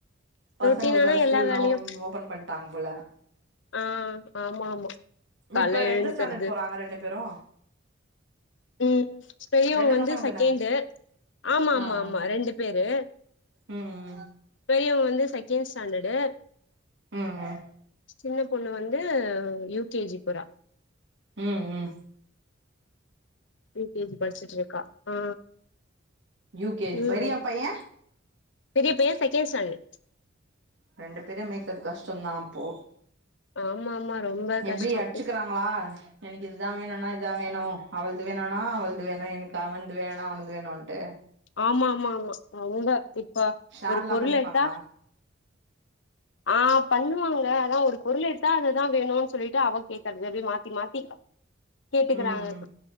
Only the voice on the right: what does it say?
பசங்களுக்கு
வேற ஸ்கூல்லா
ம் ஓபன் பண்ட்டாங்க போல
இப்ப எந்த
ஸ்டாண்டர்ட் போறாங்க ரெண்டு பேரு
ரெண்டு
பசங்க
தான
ஆ
ஆ
ம் ம்
ம் ம்
ம் ம்
யூகேஜி
பெரியா பைய
ரெண்டு பேரையு மேக்கறது கஷ்டந்தா அப்போ
எப்டி அடிச்சுக்கிறாங்களா எனக்கு இதுதா வேணுனா இதுதா வேணு அவளது வேணுனா அவளது வேணு எனக்கு அவன்து வேணுனா அவனந்து வேணுன்ட்டு
ஷேர்லா
பண்ணிப்பாங்களா
ம் ம்